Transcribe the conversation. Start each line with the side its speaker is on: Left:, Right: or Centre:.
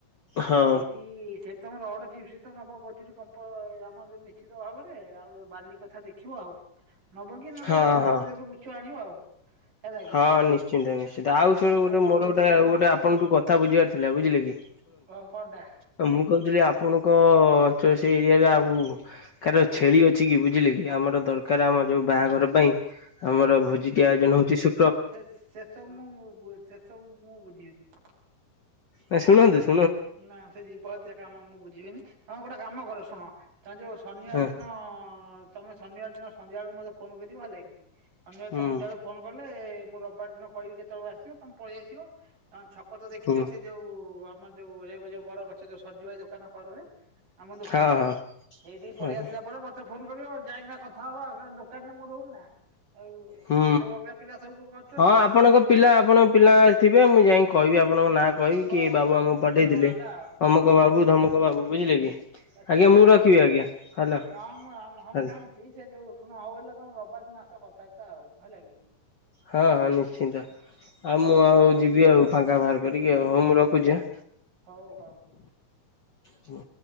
Left: ହଁ
Right: ସେଇଠି ସେ ତମେ ରଡ ଚିପସି ତ ନବ ମଜୁରୀ କମ୍ପ ଏ ଆମ ଯୋଉ ନିଶ୍ଚିତ ଭାବରେ ଆଉ ବାଲି କଥା ଦେଖିବ ଆଉ। ନବ କି ନହେଲେ
Left: ହଁ
Right: ତମ ସାଙ୍ଗ
Left: ହଁ
Right: କତୁରୁ ଯୋଉଠୁ ବୁଛଚ ଆଣିବ ଆଉ। ହେଲା କି
Left: ହଁ ନିଶ୍ଚିନ୍ତ ନିଶ୍ଚିନ୍ତ
Right: ହେଲା
Left: ଆଉ ସେଡୁ
Right: ତମେ
Left: ଗୋଟେ
Right: ଯୋଉ
Left: ମୋର ଗୋଟେ
Right: ଶୁଣ
Left: ଆଉ ଗୋଟେ ଆପଣଠୁ କଥା ବୁଝିବାର ଥିଲା ବୁଝିଲେ କି।
Right: କଣ କଣଟା?
Left: ଆ ମୁଁ କୋହୁଥୁଲି ଆପଣଙ୍କ ଅଞ୍ଚଳ ସେ ଏରିଆରେ ଆଉ କାହାର ଛେଳି ଅଛି କି ବୁଝିଲେ କି ଆମର ଦରକାର ଆମ ଯୋଉ ବାହାଘର ପାଇଁ। ପାଇଁ ଆମର ଭୋଜିଟି ଆୟୋଜନ ହୋଉଚି ଶୁ
Right: ସେସ୍ ସେ ସବୁ ମୁଁ ମୁଁ ବୁ ସେ ସବୁ ମୁଁ ମୁଁ ବୁଝିବିନି।
Left: ନାଇ ଶୁଣନ୍ତୁ ସ୍
Right: ନା ସେ ଯିବ ହତ୍ୟା କାମ ମୁଁ ବୁଝିବିନି ତମେ ଗୋଟେ କାମ କର ଶୁଣ ତମେ ଯୋଉ ଶନିବାର
Left: ହଁ
Right: ଦିନ ତମେ ଶନିବାର ଦିନ ସନ୍ଧ୍ୟା ବେଳକୁ ମତେ ଫୋନ କରିବ ହେଲା କି। ଅନିବାର
Left: ହୁଁ
Right: ତ ସନ୍ଧ୍ୟାବେଳେ ଫୋନ କଲେ ମୁଁ ରବିବାର ଦିନ କହିବି କେତେବେଳକୁ ଆସିବ ତମେ ପଳିଆସିବ ତାନ ଛ ତ ଦେଖିଚ
Left: ହୁଁ
Right: ସେଇ ଯୋଉ ଆମର ଯୋଉ ଏବେ ଯୋଉ ବରଗଛ ଯୋଉ ସଜୁ ଭାଇ ଦୋକାନ କରରେ। ଆମ ଦୋକାନଟି
Left: ହଁ ହଁ
Right: ଏଇଠିକି ପଳି
Left: ଆଜ୍ଞା
Right: ଆସିଲା ପରେ ମତେ ଫୋନ କରିବ ଯାଇକିନା କଥା ହବା କାରଣ ଦୋକାନରେ ମୁଁ ରହୁନି ନା। ଆଉ
Left: ହୁଁ
Right: ସେ ସବୁ ଅଲଗା ପିଲା ସବୁ କରୁଛନ୍ତି।
Left: ହଁ ଆପଣଙ୍କ ପିଲା ଆପଣଙ୍କ ପିଲା ଥିବେ ମୁଁ ଯାଇଁକି କହିବି ଆପ ଆପଣଙ୍କ ନାଁ କହିବି
Right: ହଉ
Left: କି ଏ ବାବୁ
Right: ହଉ
Left: ଆମକୁ ପଠେଇଥିଲେ
Right: ହଉ ହେଲା ଆଉ
Left: ଅମକ ବାବୁ ଧମକ ବାବୁ ବୁଝିଲେ କି।
Right: ଆଚ୍ଛା।
Left: ଆଜ୍ଞା ମୁଁ ରଖିବି ଆଜ୍ଞା। ହ୍ୟାଲୋ
Right: ହଁ ମ ଆମ ହଁ
Left: ହ୍ୟାଲୋ।
Right: ମୁଁ ଜାଣିଚି ସିଏ ଯୋଉ ଶୁଣ ହୋଉ ହେଲା ତମେ ରବିବାର ଦିନ ଆସ୍ ତ କଥାବାର୍ତ୍ତା ଆଉ ହେଲା କି।
Left: ହଁ ହଁ ନିଶ୍ଚିନ୍ତ। ଆଉ
Right: ହଉ
Left: ମୁଁ
Right: ଏବେ
Left: ଆଉ
Right: ର
Left: ଯିବି ଆଉ ଫାଙ୍କା ବାହାର କରିକି ଆଉ ହୋଉ ମୁଁ ରଖୁଚି ଆ।
Right: ହୋଉ ହୋଉ।
Left: ହୁ।